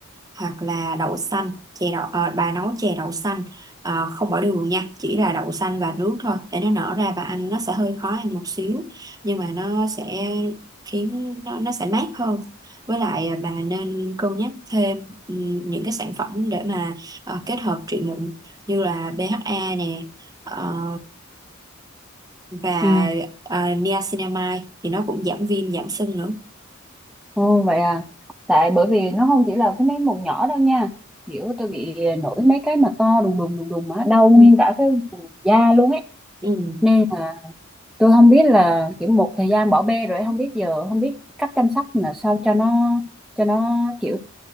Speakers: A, on the right (about 20°); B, in the centre.
A: hoặc là đậu xanh chè đậu ờ, bà nấu chè đậu xanh ờ, không bỏ đường nha chỉ là đậu xanh và nước thôi để nó nở ra và ăn nó sẽ hơi khó ăn một xíu nhưng mà nó sẽ khiến nó, nó sẽ mát hơn với lại ờ, bà nên cân nhắc thêm ừm, những cái sản phẩm để mà ờ, kết hợp trị mụn như là BHA nè ờ, và
B: Ừ.
A: uh, niacinamide thì nó cũng giảm viêm giảm sưng nữa
B: Ồ, vậy à. Tại bởi vì nó không chỉ là cái mấy mụn nhỏ đâu nha. Kiểu tôi bị nổi mấy cái mà to đùng đùng đùng đùng mà đau nguyên
A: ừ
B: cả cái vùng da luôn ấy.
A: ừ
B: Nên là tôi không biết là kiểu một thời gian bỏ bê rồi ấy, không biết giờ không biết cách chăm sóc là sao cho nó cho nó kiểu